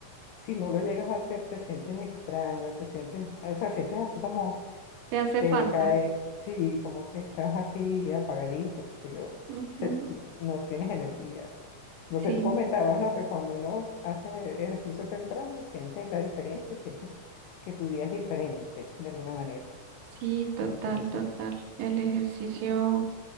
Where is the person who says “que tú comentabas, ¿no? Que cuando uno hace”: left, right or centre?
Left